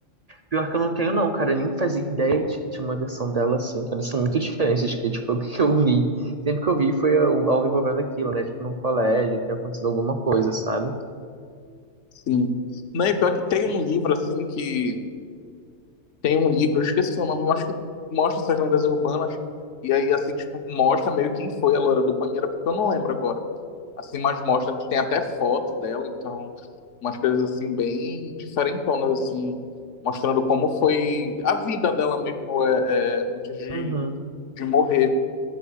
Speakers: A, on the right; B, on the left.
A: Pior que eu não tenho, não, cara. Eu nem fazia ideia de que tinha uma versão dela assim, cara. São muito diferentes que, tipo, <laughs> o que eu vi. Sempre que eu vi foi algo algo envolvendo aquilo, né? Tipo, num colégio, ter acontecido alguma coisa, sabe?
B: Sim. Não, e pior que tem um livro, assim, que. Tem um livro, eu esqueci o nome, mas que mostra essas lendas urbanas. E aí, assim, tipo, mostra meio quem foi a loira do banheiro, porque eu não lembro agora. Assim, mas mostra, tem até foto dela, então, umas coisas, assim, bem diferentonas, assim, mostrando como foi a vida dela mesmo é, é, antes de,
A: Uhum.
B: de morrer.